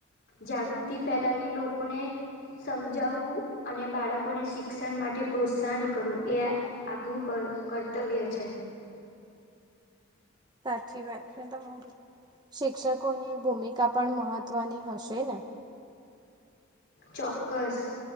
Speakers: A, on the left; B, on the right.
A: જાગૃતિ ફેલાવી લોકને સમજાવું અને બાળકોને શિક્ષણ માટે પ્રોત્સાહન કરવું એઆ આપ નું કર કર્તવ્ય છે.
B: સાચી વાત છે તમારી શિક્ષકોની ભૂમિકા પણ મહત્વની હશે ને.
A: ચોક્કસ,